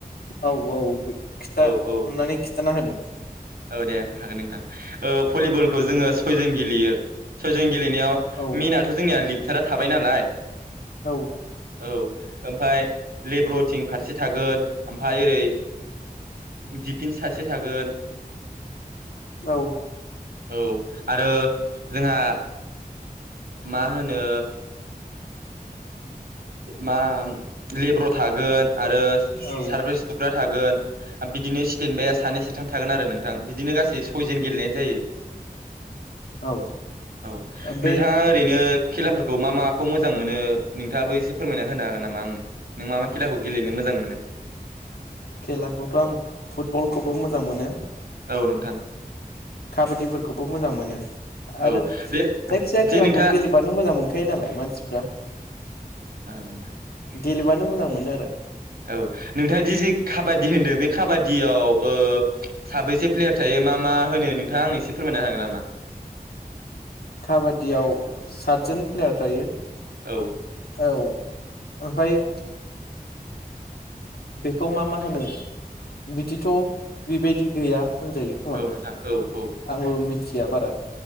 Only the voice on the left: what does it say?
औ औ खिथा
अननानै खिन्थाना होदो
औ
औ
औ
औ
औ
बे
खेलाखौथ' आं फुटबलखौबो मोजां मोनो
काबादिफोरखौबो मोजां मोनो आरो
जायखि
जाया
खेलाखौ
गेलेबानो मोजां मोनखायो नालाय मानसिफ्रा
गेलेबानो मोजां मोनो आरो
काबादियाव सातजन प्लेयार थायो
औ ओमफाय बेखौ मा मा होनो बिदिथ' बेबायदि गैया होनजायो खोमा
आंबो मिथिया बारा